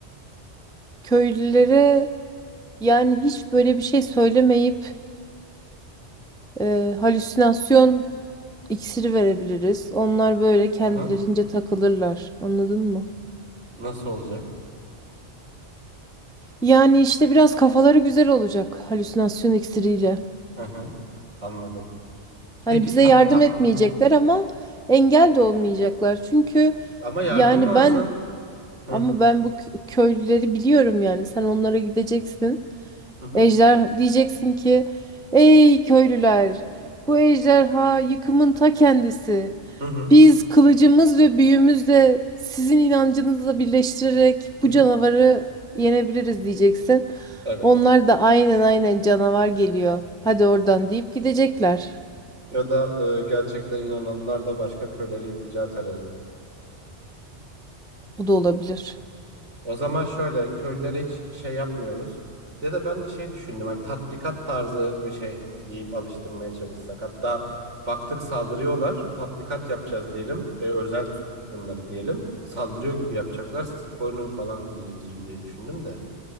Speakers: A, in the centre; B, on the right (about 80°).
A: Köylülere yani hiç böyle bir şey söylemeyip e, halüsinasyon iksiri verebiliriz. Onlar böyle kendilerince
B: Hı hı.
A: takılırlar. Anladın mı?
B: Nasıl olacak?
A: Yani işte biraz kafaları güzel olacak halüsinasyon iksiriyle.
B: Hı hı. Anladım.
A: Hani
B: Peki
A: bize
B: tat
A: yardım
B: tat
A: etmeyecekler
B: hı hı.
A: ama engel de olmayacaklar. Çünkü
B: Ama yardım
A: yani
B: lazım.
A: ben
B: Hı
A: ama ben bu kö- köylüleri biliyorum yani. Sen onlara gideceksin.
B: hı hı
A: Ejder diyeceksin ki ey köylüler bu ejderha yıkımın ta kendisi.
B: hı hı.
A: Biz kılıcımız ve büyümüzle sizin inancınızla birleştirerek
B: Hı
A: bu
B: hı.
A: canavarı yenebiliriz diyeceksin.
B: Evet.
A: Onlar da aynen aynen canavar geliyor. Hadi oradan deyip gidecekler.
B: Ya da e, gerçekten inananlar da başka köylere iltica talebi.
A: O da olabilir.
B: O zaman şöyle köylere hiç şey yapmıyoruz. Ya da ben de şey düşündüm hani tatbikat tarzı bir şey deyip alıştırmaya çalışsak. Hatta baktık saldırıyorlar tatbikat yapacağız diyelim. E, özel tuttuk bunları diyelim. Saldırıyor gibi yapacaklar siz korunun falan diyeceğim diye düşündüm de.